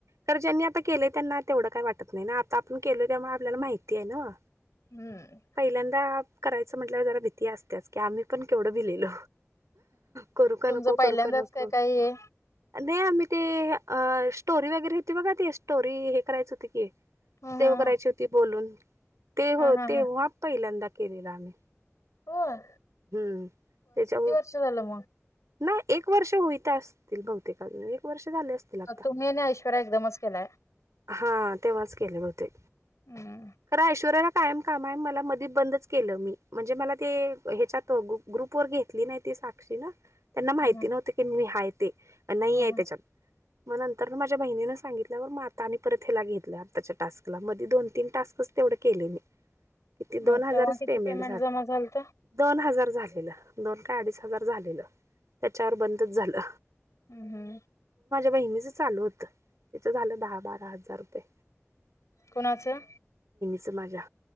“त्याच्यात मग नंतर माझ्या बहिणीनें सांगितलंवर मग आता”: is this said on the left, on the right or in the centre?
Right